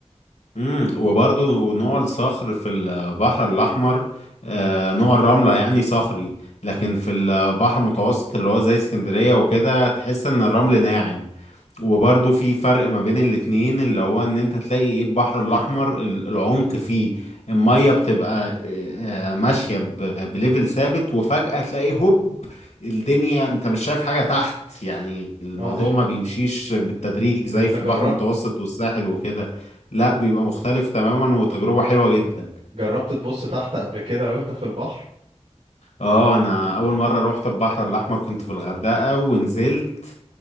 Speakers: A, on the left (about 80°); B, on the right (about 85°).
A: امم وبرضو نوع الصخر في البحر الأحمر آه، نوع الرملة يعني صخري لكن في البحر المتوسط اللي هو زي اسكندرية وكده تحس إن الرمل ناعم وبرضه في فرق ما بين الاتنين اللي هو ان انت تلاقي ايه البحر الاحمر ال- العمق فيه المية بتبقى آه، ماشية ب- بليفل ثابت وفجأة تلاقي هوب الدنيا انت مش شايف حاجة تحت يعني الموضوع
B: اه انت
A: ما بيمشيش بالتدريج زي
B: إنت
A: في
B: جربت
A: البحر المتوسط والساحل وكده لا بيبقى مختلف تماما وتجربة حلوة جدا
B: جربت تبص تحت قبل كده وانت في البحر
A: اه انا اول مرة روحت البحر الاحمر كنت في الغردقة ونزلت